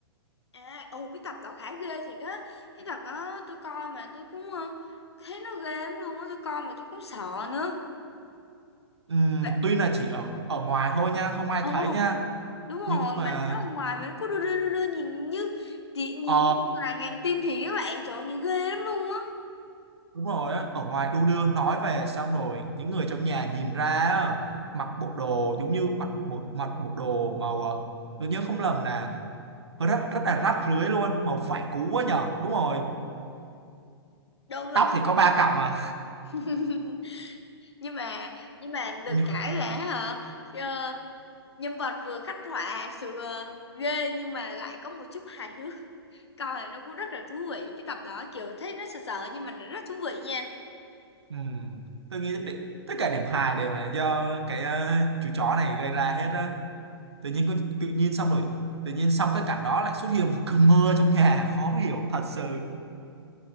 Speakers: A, on the left; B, on the right.
A: À, ồ cái tập đó khá ghê thiệt á Cái tập đó tôi coi mà tôi cũng ờ, thấy nó ghê lắm luôn á Tôi coi mà tôi cũng sợ nữa
B: Ừm,
A: Vậy,
B: tuy là chỉ ở ở ngoài thôi nha không ai
A: ồ
B: thấy nha
A: đúng rồi
B: nhưng
A: mà
B: mà
A: nó ở ngoài mà nó cứ đưa đưa đưa, đưa nhìn như chị nhìn
B: Ờ,
A: như là ngàn tim thì các bạn trời ơi, nhìn ghê lắm luôn á
B: đúng rồi á, ở ngoài đu đưa nói về sao nổi những người trong nhà nhìn ra á, mặc bộ đồ giống như mặc một mặc bộ đồ màu ờ, tôi nhớ không lầm là hơi rất rất là rách rưới luôn màu vải cũ quá nhờ đúng rồi
A: Đúng không?
B: tóc thì có ba cọng mà
A: <laughs> nhưng mà nhưng mà được
B: Nhưng-
A: cái là hả ờ, nhân vật vừa khắc họa sự ờ, ghê nhưng mà lại có một chút hài hước coi nó cũng rất là thú vị cái tập đó kiểu thấy nó sợ sợ nhưng mà nó rất thú vị nha
B: ừm, tôi nghĩ để, tất cả điểm hài đều là do cái ờ, chú chó này gây ra hết á tự nhiên có- tự nhiên xong rồi tự nhiên xong cái cảnh đó lại xuất hiện một cơn mưa trong nhà khó hiểu thật sự